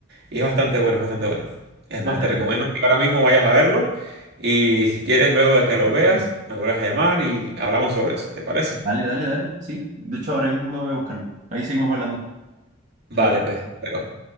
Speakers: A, on the right (about 50°); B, on the right (about 35°).
A: Y es bastante bueno, es bastante bueno. Es
B: dale,
A: más, te
B: dale.
A: recomiendo que ahora mismo vayas a verlo y si quieres, luego de que
B: <clears throat>
A: lo veas, me vuelvas a llamar y hablamos sobre eso, ¿te parece?
B: Dale, dale, dale, sí. De hecho, ahora mismo me voy a buscarlo. Ahí seguimos hablando.
A: Vale,
B: Chao.
A: pues, pero...